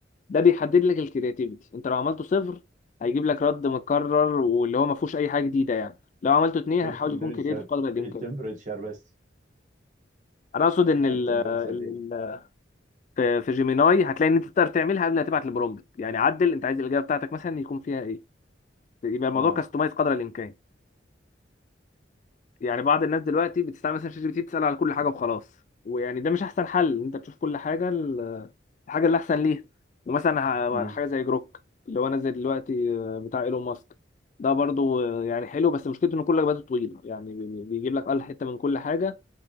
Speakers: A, on the left; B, on the right.
A: ده بيحدد لك الكرياتيفيتي انت لو عملته صفر هيجيب لك رد مكرر واللي هو ما فيهوش اي حاجه جديده يعني لو عملته اثنين
B: التمبريتشر
A: هيحاول يكون كرياتيف قدر الامكان
B: التمبريتشر بس
A: انا اقصد ان ال
B: التمبريتشر
A: ال-
B: دي
A: ال- في في جيميناي هتلاقي ان انت تقدر تعملها قبل ما تبعت البرومبت يعني عدل انت عايز الاجابه بتاعتك مثلا يكون فيها ايه يبقى الموضوع
B: اه
A: كاستمايز قدر الامكان يعني بعض الناس دلوقتي بتستعمل مثلا شات جي بي تي بتسأل على كل حاجة وخلاص ويعني ده مش أحسن حل إن أنت تشوف كل حاجة ال- الحاجة اللي أحسن ليها ومثلا
B: مم.
A: ه- حاجة زي جروك اللي هو نازل دلوقتي آه، بتاع إيلون ماسك ده برضو آه، يعني حلو بس مشكلته إن كل إجاباته طويلة يعني بي- بيجيب لك أقل حتة من كل حاجة